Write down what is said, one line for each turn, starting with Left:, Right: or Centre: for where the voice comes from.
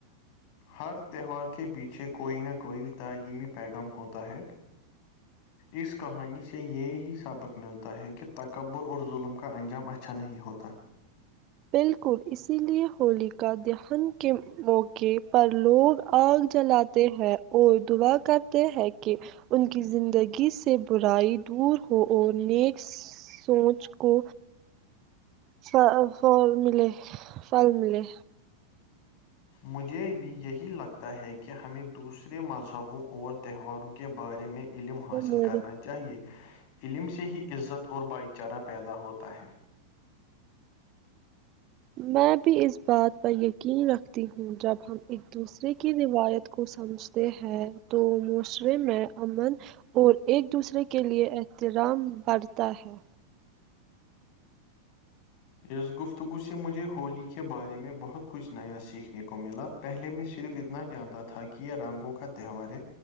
Left: ہر تہوار کے پیچھے کوئی نہ کوئی تعلیمی پیغام ہوتا ہے اس کہانی سے یہی سبق ملتا ہے کہ تکبر اور ظلم کا انجام اچھا نہیں ہوتا
Right: بالکل اسی لیے ہولی کا دہن کے موقع پر لوگ آگ جلاتے ہے اور دعا کرتے ہے کہ ان کی زندگی سے برائی دور ہو اور نیک سوچ کو ف ف ملے فل ملے
Left: مجھے بھی یہی لگتا ہے کہ ہمیں دوسرے مذہبوں اور تہواروں کے بارے میں علم
Right: ملے
Left: حاصل کرنا چاہے علم سے ہی عزت اور بھائی چارہ پیدا ہوتا ہے
Right: میں بھی اس بات پر یقین رکھتی ہوں جب ہم ایک دوسرے کی روایت کو سمجھتے ہیں تو موسرے میں امن اور ایک دوسرے کے لیے احترام بڑھتا ہے
Left: اس گفتگو سے مجھے ہولی کے بارے میں بہت کچھ نیا سیکھنے کو ملا پہلے میں صرف اتنا جانتا تھا کہ یہ رنگوں کا تہوار ہے